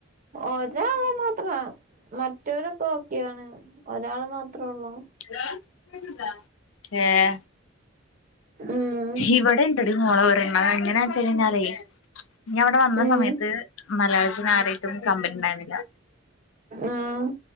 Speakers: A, on the right (about 40°); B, on the left (about 75°).
A: ഒരാള് മാത്രം മറ്റേവര് ഇപ്പ ഒക്കെ ആണ് ഒരാള് മാത്രേ ഒള്ളൂ
B: ഹലോ <unintelligible> ഏയ്
A: ഉം
B: ഇവിടെ ഇണ്ടടി മോളെ ഒരണ്ണം എങ്ങന വെച്ച് കഴിഞ്ഞാലേ ഇനി അവിടെ വന്ന
A: ഉം
B: സമയത്ത് മലയാളത്തി ആരായിട്ടും കമ്പനി ഇണ്ടായിരുന്നില്ല
A: ആഹ്